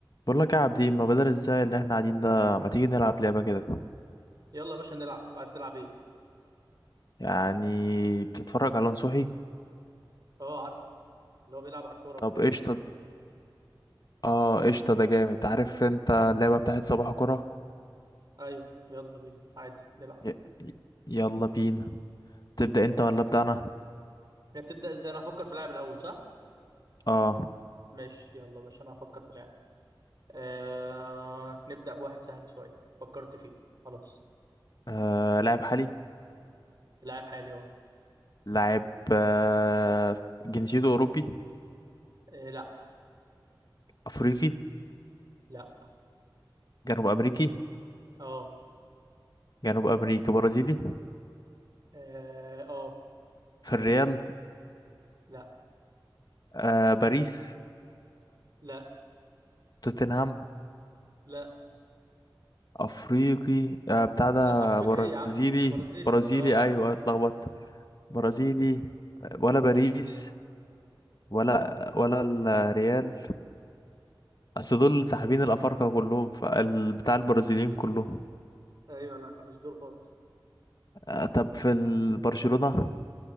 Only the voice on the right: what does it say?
يلا يا باشا نلعب عايز تلعب ايه
اه عارف اللي هو بيلعب على الكوره والحاجات
دي
ايوه يلا بينا عادي نلعب
هي بتبدا ازاي انا هفكر في لاعب الاول صح
ماشي يلا يا باشا انا هفكر في لاعب آه... نبدا بواحد سهل شويه فكرت فيه خلاص
لاعب حالي اه
آه، لا
لا
اه
اه آه.
لا
لا
لا
لا افريقيا
ايه يا عم برازيلي
اه
ايوه لا مش دول خالص